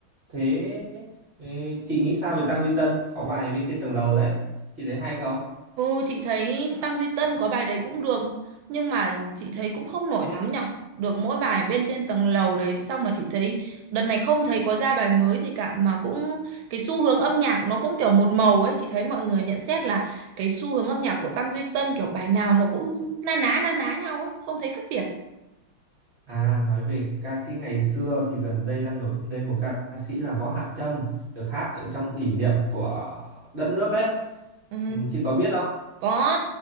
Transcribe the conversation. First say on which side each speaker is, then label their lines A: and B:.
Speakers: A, on the right; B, on the right.
A: thế ừ, chị nghĩ sao về Tăng Duy Tân có bài bên trên tầng lầu đấy chị thấy hay không
B: Ừ, chị thấy Tăng Duy Tân có bài đấy cũng được nhưng mà chị thấy cũng không nổi lắm nhở được mỗi bài bên trên tầng lầu đấy xong mà chị thấy đợt này không thấy có ra bài mới gì cả mà cũng cái xu hướng âm nhạc nó cũng kiểu một màu ấy chị thấy mọi người nhận xét là cái xu hướng âm nhạc của Tăng Duy Tân kiểu bài nào nó cũng na ná na ná nhau ấy không thấy khác biệt
A: À, nói về ca sĩ ngày xưa thì gần đây đang nổi lên một ca sĩ là Võ Hạ Trâm được hát ở trong kỷ niệm của đất nước ấy.
B: ừ.
A: Ừ, Chị có biết không?
B: có